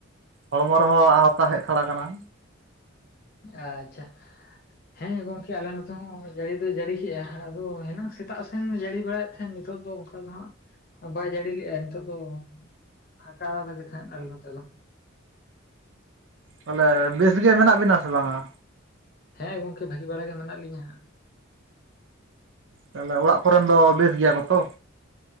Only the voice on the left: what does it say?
ᱟᱪᱪᱷᱟ ᱦᱮᱸ ᱜᱚᱝᱠᱮ ᱟᱞᱮ ᱱᱚᱛᱮ ᱦᱚᱸ ᱡᱟᱹᱲᱤ ᱫᱚᱭ ᱡᱟᱹᱲᱤ ᱠᱮᱜᱼᱟ ᱟᱫᱚ ᱦᱮᱱᱟᱝ ᱥᱮᱛᱟᱜ ᱥᱮᱱ ᱡᱟᱹᱲᱤ ᱵᱟᱲᱟᱭᱮᱫ ᱦᱮᱸ ᱱᱤᱛᱚᱜ ᱫᱚ ᱚᱱᱠᱟ ᱫᱚ ᱦᱟᱸᱜ ᱵᱟᱭ ᱡᱟᱹᱲᱤ ᱞᱮᱼᱟᱭ ᱱᱤᱛᱚᱜ ᱫᱚ ᱯᱷᱟᱠᱟᱼᱟ ᱟᱞᱮ ᱜᱮ ᱛᱷᱮᱱ ᱟᱞᱮ ᱱᱚᱛᱮ ᱫᱚ᱾
ᱦᱮᱸ ᱜᱚᱢᱠᱮ ᱵᱷᱟᱹᱜᱤ ᱵᱟᱲᱟ ᱜᱮ ᱢᱮᱱᱟᱜ ᱞᱤᱧᱟᱹ ᱦᱟᱸᱜ